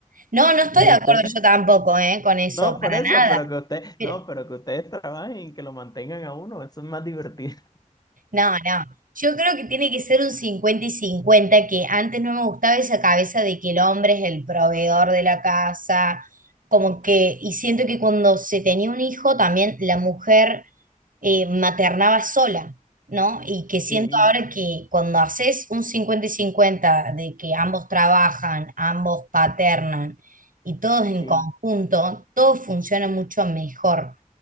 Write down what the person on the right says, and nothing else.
No, no estoy
de acuerdo
yo tampoco, ¿eh? con eso,
para
nada.
Pero,
No, no. Yo creo que tiene que ser un 50 y cincuenta que antes no me gustaba esa cabeza de que el hombre es el proveedor de la casa, como que, y siento que cuando se tenía un hijo también la mujer eh, maternaba sola, ¿no? Y que siento
ahora que cuando haces un 50 y 50 de que ambos trabajan, ambos paternan y todos
en conjunto, todo funciona mucho mejor.